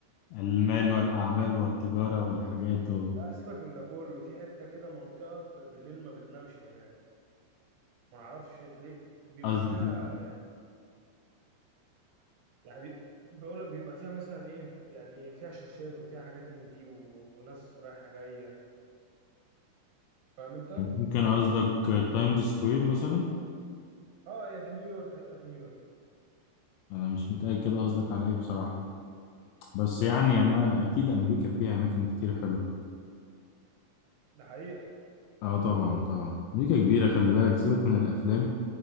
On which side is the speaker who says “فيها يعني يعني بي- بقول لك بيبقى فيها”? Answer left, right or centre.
Right